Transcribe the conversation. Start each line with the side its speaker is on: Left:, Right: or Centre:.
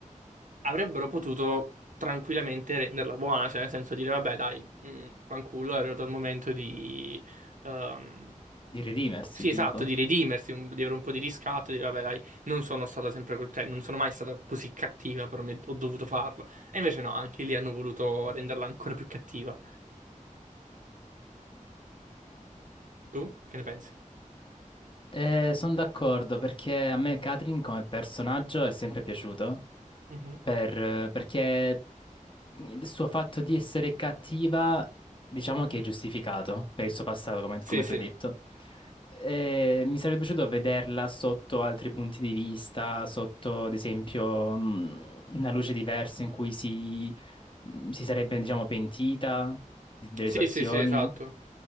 Right: avrebbero potuto tranquillamente renderla buona, cioè nel senso dire, vabbè, dai, mh, fanculo, è arrivato il momento di... ehm,
Left: Di redimersi,
Right: Sì,
Left: tipo.
Right: esatto, di redimersi, un- di avere un po' di riscatto, di dire, vabbè, dai, non sono stata sempre, co- cioè, non sono mai stata così cattiva, però mi- ho dovuto farlo. E invece no, anche lì hanno voluto renderla ancora più cattiva. Tu che ne pensi?
Left: Eh, sono d'accordo perché a me Katrin come personaggio è sempre piaciuto,
Right: Mhm.
Left: per- perché il suo fatto di essere cattiva, diciamo che è giustificato per il suo passato, come,
Right: Sì,
Left: come
Right: sì.
Left: tu hai detto. Eh, mi sarebbe piaciuto vederla sotto altri punti di vista, sotto, ad esempio, mh, una luce diversa in cui mh, si sarebbe, diciamo, pentita di- delle
Right: Sì,
Left: sue azioni,
Right: sì, sì, esatto.